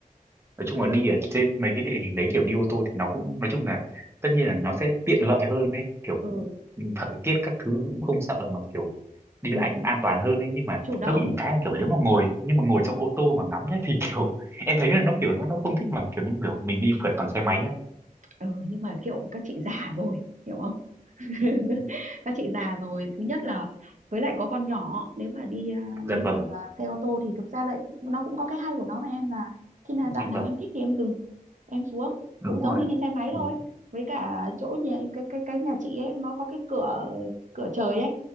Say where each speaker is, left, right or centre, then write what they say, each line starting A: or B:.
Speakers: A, on the right; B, on the right.
A: Nói chung là đi ở trên mấy cái địa hình đấy kiểu đi ô tô thì nó cũng nói chung là tất nhiên là nó sẽ tiện lợi hơn đấy, kiểu
B: ừ,
A: ừ, thời tiết các thứ cũng không sợ mà kiểu đi
B: ừ,
A: lại cũng an toàn hơn đấy nhưng mà
B: chủ động
A: nó bị một cái là kiểu nếu mà ngồi nhưng mà ngồi trong ô tô mà ngắm nhá thì kiểu <laughs> em thấy là nó kiểu nó nó không thích bằng kiểu như kiểu mình đi phượt bằng xe máy nhá.
B: ừ, nhưng mà kiểu các chị già rồi hiểu không <laughs> các chị già rồi thứ nhất là với lại có con nhỏ nếu mà đi à,
A: Dạ
B: đi bằng
A: vâng,
B: à, xe ô tô thì thực ra lại nó cũng có cái hay của nó mà em là khi nào đoạn
A: dạ
B: nào
A: vâng,
B: em thích thì em dừng em xuống
A: đúng
B: cũng giống
A: rồi.
B: như đi xe máy
A: Đúng.
B: thôi với cả chỗ nhà cái cái cái nhà chị ấy nó có cái cửa cửa trời ấy